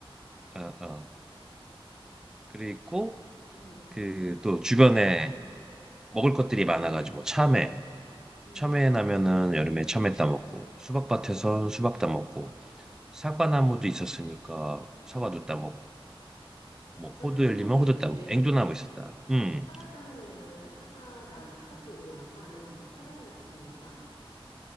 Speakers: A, in the centre; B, on the left.
A: 어 어. 그리고
B: 응,
A: 그 또 주변에 먹을 것들이 많아가지고 참외
B: 응.
A: 참외 나면은 여름에 참외 따 먹고 수박밭에선 수박 따 먹고 사과나무도 있었으니까 사과도 따 먹고 뭐
B: 나
A: 호두
B: 궁금한
A: 열리면
B: 게
A: 호두
B: 있는데,
A: 따 먹고 앵두나무 있었다. 음.
B: 사과 따 먹으려면 사과 나무 타고 올라가? 아니면 뭐 사다리 같은 걸로 따?